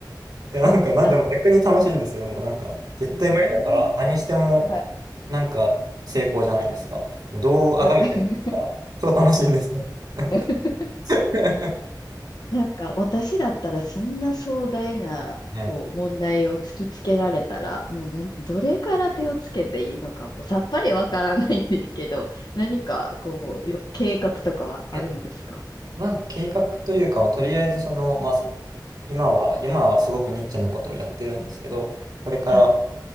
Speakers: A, on the right; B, on the left.
A: や、なんかな、でも逆に楽しいんですよ。
B: あ、
A: もうなんか、絶対無理だから、
B: えー、
A: 何しても、
B: はい、
A: なんか、成功じゃないですか。もうどうあがいても、
B: は
A: 超楽しいんですね。なんか
B: い。<laughs>
A: <laughs>
B: なんか私だったらそんな壮大なこう問題を突きつけられたらもう何どれから手をつけていいのかもうさっぱりわからないんですけど
A: ね
B: <laughs> 何かこうよ計画とかはあるんですか
A: えまあ、計画というか、とりあえず、その、まあ、す今は、今はすごくニッチなことをやってるんですけど、これから、
B: はい、